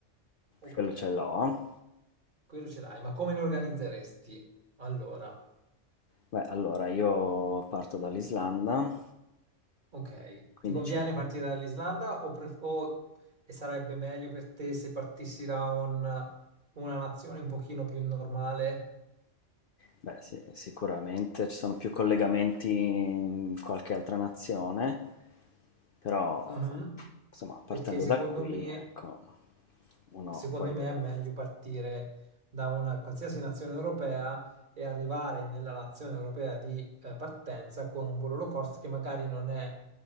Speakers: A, on the right; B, on the left.
A: Ok,
B: quello ce l'ho.
A: quello ce l'hai, ma come lo organizzeresti? Allora,
B: Beh, allora io parto dall'Islanda,
A: Ok,
B: 15
A: ti conviene
B: giorni.
A: partire dall'Islanda o, pre- o- e sarebbe meglio per te se partissi da un- una nazione un pochino più normale?
B: Beh, sì, sicuramente ci sono più collegamenti in qualche altra nazione, però
A: Mhm.
B: insomma, partendo
A: Perché secondo
B: da qui,
A: me,
B: ecco, uno
A: secondo
B: poi
A: me
B: deve...
A: è meglio partire da una qualsiasi nazione europea e arrivare nella nazione europea di eh, partenza con un volo low cost che magari non è